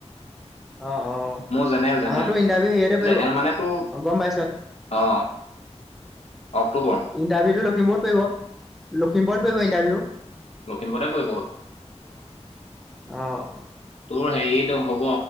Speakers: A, in the centre; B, on the left (about 65°).
A: অ, অ,
B: মোৰ জেনেৰেল জেনেৰেল,
A: আমাৰতো ইণ্টাৰভিউ হেৰিয়তে পৰিব
B: জেনেৰেল মানেতো,
A: অ গম পাইছো
B: অ। অক্টোবৰ।
A: ইণ্টাৰভিউটো লখিমপুৰত পৰিব, লখিমপুৰত পৰিব ইণ্টাৰভিউ।
B: লখিমপুৰতে পৰিব অ,
A: অ,
B: তোৰ হেৰিতো হ'ব,